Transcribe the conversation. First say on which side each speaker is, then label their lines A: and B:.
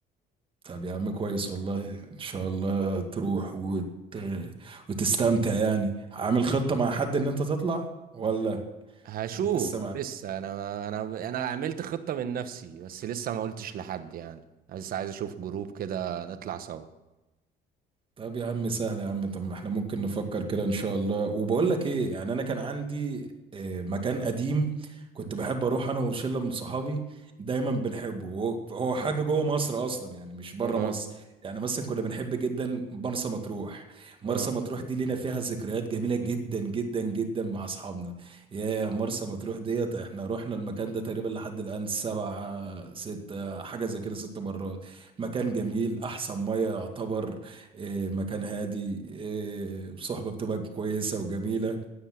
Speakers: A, on the right; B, on the right.
A: طب يا عم كويس والله ان شاء الله تروح وت... وتستمتع يعني عامل خطة مع حد ان انت تطلع ولا
B: هشوف
A: لسه
B: لسه انا انا انا عملت خطة من نفسي بس لسه ما قلتش لحد يعني عايز عايز اشوف جروب كده نطلع سوا
A: طب يا عم سهل يا عم طب ما احنا ممكن نفكر كده ان شاء الله وبقول لك ايه يعني انا كان عندي آه، مكان قديم كنت
B: آه.
A: بحب اروح انا وشله من صحابي دايما بنحبه هو هو حاجه جوه مصر اصلا يعني مش بره
B: اه
A: مصر يعني مثلا كنا بنحب جدا مرسى مطروح مرسى
B: اه
A: مطروح دي لينا فيها ذكريات جميله جدا جدا جدا مع اصحابنا يا مرسى مطروح ديت احنا رحنا المكان ده تقريبا لحد الان سبعة ستة حاجه زي كده ست مرات مكان جميل احسن ميه يعتبر إيه، مكان هادي إيه، صحبة بتبقى كويسة وجميلة